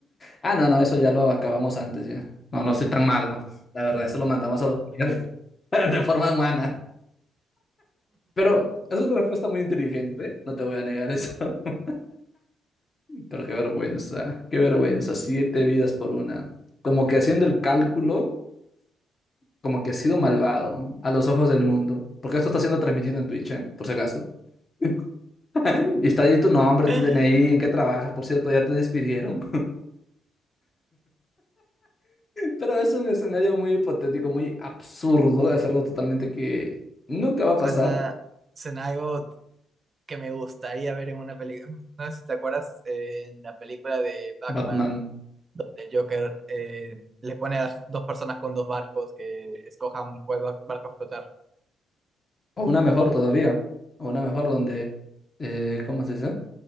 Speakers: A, on the left; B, on the right.
A: Ah, no, no, eso ya lo acabamos antes ya. No, no soy tan malo. La verdad, eso lo mandamos a dormir <laughs> de forma humana. Pero es una respuesta muy inteligente, no te voy a negar eso. <laughs> Pero qué vergüenza, qué vergüenza, siete vidas por una. Como que haciendo el cálculo, como que ha sido malvado a los ojos del mundo. Porque esto está siendo transmitido en Twitch, ¿eh? Por si acaso. <laughs> Y está ahí tu nombre,
B: <laughs>
A: tu DNI, en qué trabajas. Por cierto, ya te despidieron. Pero es un escenario muy hipotético, muy absurdo, es algo totalmente que nunca va a
B: Suena,
A: pasar.
B: suena algo que me gustaría ver en una película. No sé si te acuerdas eh, en la película de Batman,
A: Batman.
B: donde Joker eh, le pone a dos personas con dos barcos que escojan cuál bar- barco explotar.
A: O una mejor todavía. O una mejor donde, eh, ¿cómo se dice?